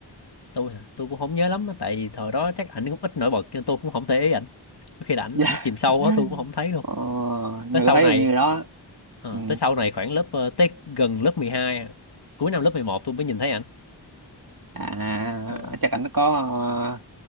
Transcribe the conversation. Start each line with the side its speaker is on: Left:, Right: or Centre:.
Left: tôi hả? tôi cũng không nhớ lắm á, tại vì thời đó chắc ảnh cũng ít nổi bật nên tôi cũng không để ý ảnh có khi là ảnh
Right: <laughs>
Left: ảnh chìm
Right: dạ
Left: sâu quá tôi cũng không thấy luôn
Right: ờ, nhưng
Left: tới sau
Right: thấy
Left: này
Right: như đó
Left: ờ,
Right: ừ.
Left: tới sau này khoảng lớp ờ, tới gần lớp 12 à, cuối năm lớp 11 tôi mới nhìn thấy ảnh
Right: à
Left: Ờ.
Right: chắc anh có